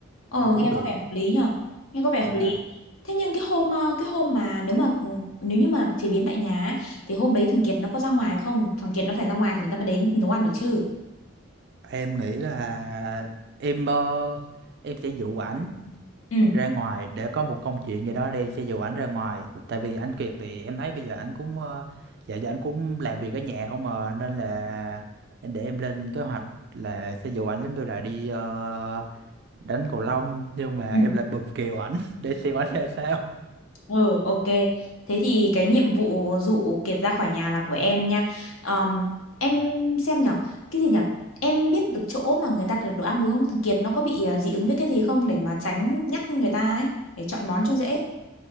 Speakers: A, on the left; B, on the right.
A: ồ
B: thì cũng
A: nghe
B: được
A: có vẻ hợp lý nhở nghe có vẻ hợp
B: Dạ,
A: lý thế nhưng cái hôm ờ, cái hôm mà nếu mà nếu như mà chế biến tại nhà ấy, thì hôm đấy thằng Kiệt nó có ra ngoài không thằng Kiệt nó phải ra ngoài thì người ta mới đến nấu ăn được chứ
B: Em nghĩ là em ờ, em sẽ dụ ảnh
A: Ừ,
B: ra ngoài để có một công chuyện gì đó đi sẽ dụ ảnh ra ngoài tại vì anh Kiệt thì em thấy bây giờ ảnh cũng ờ, dạ giờ anh cũng làm việc ở nhà không mà nên là để em lên kế hoạch là sẽ dụ ảnh giống như là đi ờ, đánh cầu lông nhưng mà
A: ừ
B: em lại bùm kèo ảnh <laughs> để xem ảnh ra sao
A: Ừ, ok. Thế thì cái nhiệm vụ dụ Kiệt ra khỏi nhà là của em nha. Ờm, em
B: Dạ.
A: xem nhở, cái gì nhở? Em biết được chỗ mà người ta đặt đồ ăn đúng không? Thằng Kiệt nó có bị ờ, dị ứng với cái gì không để mà tránh nhắc người ta ấy, để chọn món cho dễ.